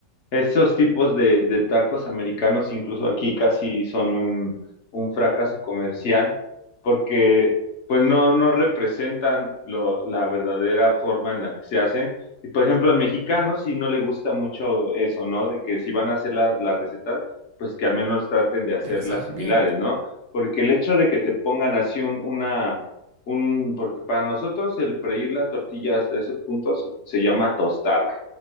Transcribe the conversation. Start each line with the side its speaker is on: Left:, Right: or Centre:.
Left: Esos tipos de, de tacos americanos, incluso aquí casi son un, un fracaso comercial, porque pues no, no representan lo- la verdadera forma en la que se hacen. Y por ejemplo, al mexicano sí no le gusta mucho eso, ¿no? De que si van a hacer la, la receta, pues que al menos traten de hacerlas
Right: que las hagan
Left: similares,
Right: bien.
Left: ¿no? Porque el hecho de que te pongan así un, una, un, porque para nosotros el freír la tortilla hasta ese punto se se llama tostada.